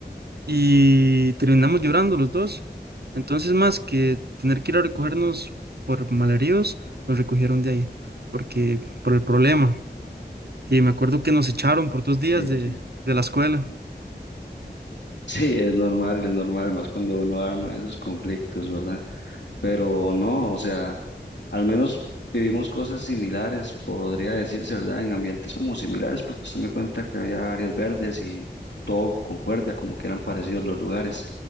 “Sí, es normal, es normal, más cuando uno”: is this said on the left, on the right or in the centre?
Left